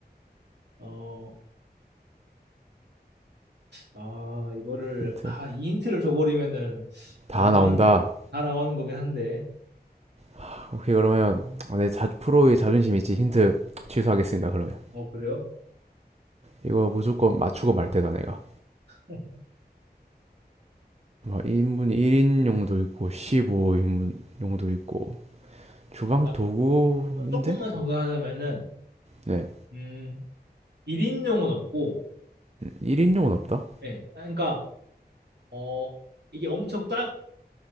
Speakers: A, on the right; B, on the right.
A: 어, 아, 이거를,
B: 힌트
A: 아, 이 힌트를 줘버리면은
B: 다
A: 완전
B: 나온다.
A: 다 나오는 거긴 한데.
B: 아, 오케이 그러면 아, 내 자, 프로의 자존심 있지 힌트 취소하겠습니다. 그러면
A: 어, 그래요?
B: 이거 무조건 맞추고 말 테다 내가.
A: <laughs>
B: 인분 1인용도 있고 15인분용도 있고 주방
A: 아,
B: 도구인데?
A: 조금만 정리하자면은,
B: 네
A: 음, 1인용은 없고,
B: 1인용은 없다.
A: 예. 그러니까, 어, 이게 엄청 작은